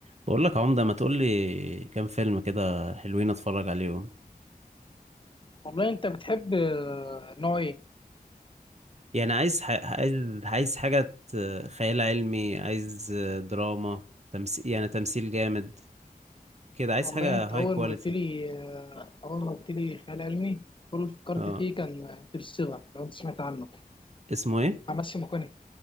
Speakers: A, on the right; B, on the left.
A: بقول لك عمدة ما تقول لي كام فيلم كده حلوين اتفرج عليهم
B: والله انت بتحب آه، نوع ايه
A: يعني عايز ح... عايز عايز حاجة ت- خيال علمي عايز دراما تمثيل يعني تمثيل جامد كده عايز
B: والله
A: حاجة
B: انت
A: هاي
B: اول
A: كواليتي
B: ما قلت لي آه، اول ما قلت لي خيال علمي كل اللي فكرت
A: اه
B: فيه كان انترستيلر لو انت سمعت عنه بتاع
A: اسمه ايه
B: ماسيو ماكوني